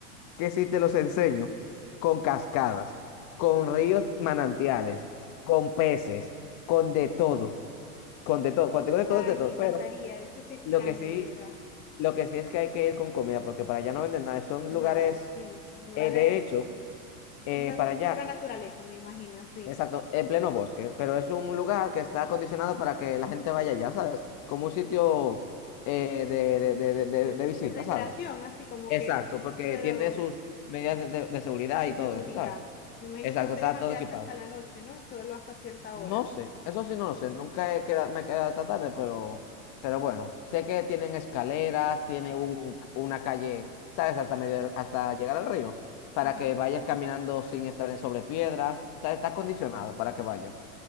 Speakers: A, on the left (about 40°); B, on the left (about 20°).
A: que si te los enseño con cascadas, con ríos manantiales, con peces, con de todo, con de todo, cuando digo de
B: ay,
A: todo es de todo,
B: me encantaría.
A: pero
B: Eso sí extraño,
A: lo que sí,
B: de verdad.
A: lo que sí es que hay que ir con comida, porque para allá no venden nada, son
B: Nada,
A: lugares,
B: sí. Lugar,
A: eh, de
B: eh,
A: hecho, eh,
B: na-
A: para allá,
B: pura naturaleza, me imagino, así.
A: exacto, en pleno bosque, pero es un lugar que está acondicionado para que la gente vaya allá, ¿sabes? Como un sitio eh, de, de, de, de, de
B: De,
A: de visita,
B: de recreación,
A: ¿sabes?
B: así como
A: Exacto,
B: que,
A: porque
B: pero
A: tiene sus medidas de de- de seguridad
B: de
A: y todo
B: seguridad.
A: eso, ¿sabes?
B: Me imagino
A: Exacto,
B: que no te
A: está
B: dejan
A: todo
B: quedarte
A: equipado.
B: hasta la noche, ¿no? Solo hasta cierta
A: No
B: hora.
A: sé, eso sí no lo sé, nunca he queda- me he quedado hasta tarde, pero, pero bueno, sé que tienen escaleras, tiene un, una calle, ¿sabes? Hasta medio, hasta llegar al río, para
B: Ajá.
A: que vayas caminando sin estar en sobre piedras, está, está acondicionado para que vayas.